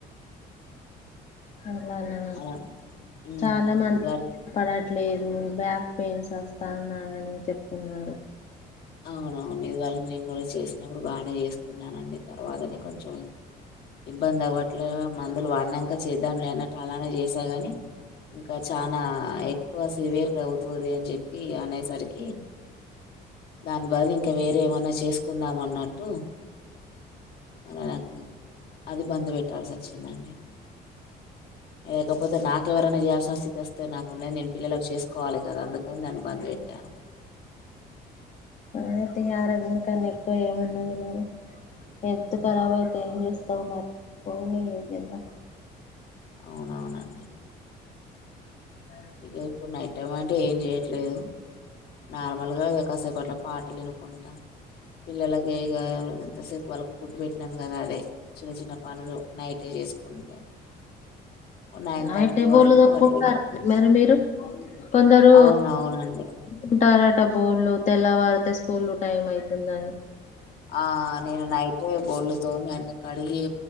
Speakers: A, on the left (about 45°); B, on the left (about 70°).
A: అలానా
B: అలా ఉమ్,
A: చాలా మంది
B: ఇదివరకు
A: పడట్లేదు బ్యాక్ పెయిన్స్ వస్తాన్నాయని చెప్తున్నారు
B: అవునవును ఇది వరకు నేను కూడా చేసినప్పుడు బాగానే చేసుకున్నానండి తర్వాతనే కొంచెం ఇబ్బంది అవ్వట్లే మందులు వాడి నంక చేద్దాం లేనట్టు అలానే చేశాగానీ ఇంకా చానా ఎక్కువ సివియర్ గా అవుతుంది అని చెప్పి అనేసరికి దాని బదులు ఇంకా వేరే ఏమన్నా చేసుకుందామ అన్నట్టు మరి నాకు అది బంద్ పెట్టాల్సి వచ్చిందండి లేకపోతే నాకు ఎవరనా చేయాల్సిన స్థితి వస్తే నాకు ఉన్నది నేను పిల్లలకు చేసుకోవాలి కదా అందుకని దాన్ని బంద్ పెట్టాను
A: అనైతే ఆరోగ్యం కానీ ఎక్కువ ఏమున్నది మరి <unintelligible> నెత్తి
B: ఉమ్,
A: ఖరాబ్ అయితే ఏం చేస్తావు మరి పోనీ ఏం చేద్దాం
B: అవునవునండి
A: అ
B: ఇక ఇప్పుడు నైటం అంటే ఏం చేయట్లేదు నార్మల్గా ఇగ కాసేపూ అట్లా పాటలు వినుకుంటా పిల్లలకి ఇగా ఎంతసేపు వాళ్ళకి ఫుడ్ పెట్టినాం కదా అదే చిన్న చిన్న పనులు నైటే చేసుకుంటే నైన్
A: నైటే
B: థర్టీ
A: బోళ్ళు
B: వరకు
A: తోముకుంటారండి
B: అట్లా
A: మరి మీరు కొందరు
B: అవునవునండి
A: ఉంటారట బోర్లు తెల్లవారితే స్కూల్ టైం అవుతుందని
B: ఆ నేను నైటే బొల్లు తోమి అన్ని కడిగి